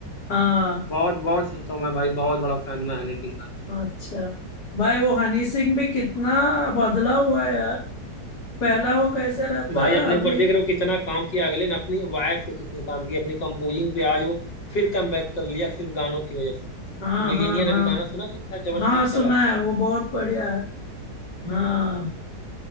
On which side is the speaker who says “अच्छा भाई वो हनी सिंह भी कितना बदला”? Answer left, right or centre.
Left